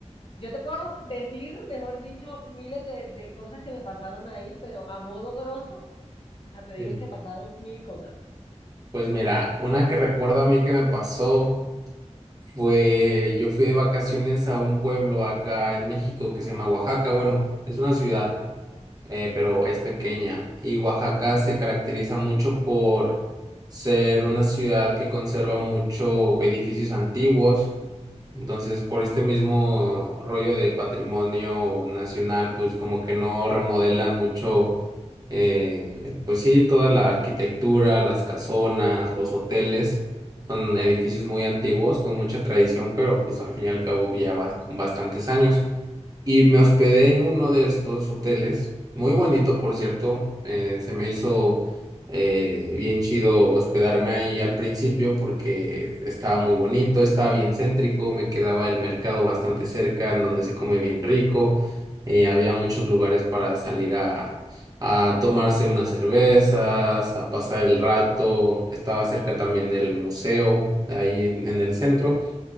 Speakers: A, on the left; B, on the right.
A: Yo te puedo decir, mejor dicho, miles de, de cosas que me pasaron ahí, pero a modo grosso, o sea, te digo
B: eh,
A: que pasaron mil cosas.
B: pues mira, una que recuerdo a mí que me pasó fue, yo fui de vacaciones a un pueblo acá en México que se llama Oaxaca. Bueno, es una ciudad, eh, pero es pequeña. Y Oaxaca se caracteriza mucho por ser una ciudad que conserva mucho edificios antiguos. Entonces, por este mismo rollo de patrimonio nacional, pues como que no remodelan mucho Eh, pues sí, toda la arquitectura, las casonas, los hoteles, son edificios muy antiguos, con mucha tradición, pero pues al fin y al cabo ya vas con bastantes años. Y me hospedé en uno de estos hoteles, muy bonito, por cierto. eh, se me hizo eh, bien chido hospedarme ahí al principio porque estaba muy bonito, estaba bien céntrico, me quedaba el mercado bastante cerca, en donde se come bien rico. eh, había muchos lugares para salir a, a tomarse unas cervezas, a pasar el rato. Estaba cerca también del museo, ahí en en el centro,